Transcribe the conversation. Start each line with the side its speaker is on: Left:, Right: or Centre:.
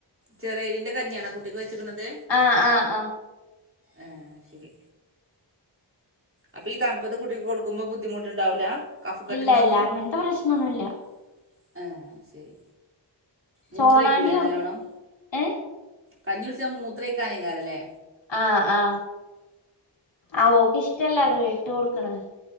Right: ചെറിയ രീന്റെ കഞ്ഞിയാണോ കുട്ടിക്ക് വെച്ചക്ക്ന്നത്
Left: ആഹ, ആഹ ആഹ
Right: അ അ ഹെ ശരി അപ്പൊ ഈ തണുപ്പത്ത് കുട്ടിക്ക് കൊടുക്കുമ്പോ ബുദ്ധിമുട്ടുണ്ടാവൂല്ല. കഫക്കെട്ടിന്റെ
Left: ഇല്ല ഇല്ല
Right: ഒന്നും
Left: അങ്ങനത്തെ
Right: ഇല്ല
Left: പ്രശ്നൊന്നുല്ല
Right: ഇല്ല ആഹ ശരി മൂത്രം
Left: ചോളാണ്ടി
Right: ഒഴിക്കൂല്ലേ
Left: കൊടു
Right: നല്ലോണ്ണം,
Left: ഏഹ്
Right: കഞ്ഞി കുടിച്ച മൂത്രേക്കാനേക്കാരല്ലേ
Left: ആഹ് ആഹ ആ ഓക്ക് ഇഷ്ടല്ല അത് വെട്ട്. കൊടുക്കണെ